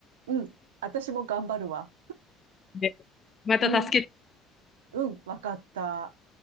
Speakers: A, on the right (about 85°); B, on the left (about 40°).
A: う。うん。私も頑張るわ。
B: で、また助け
A: うん。うん。わかった。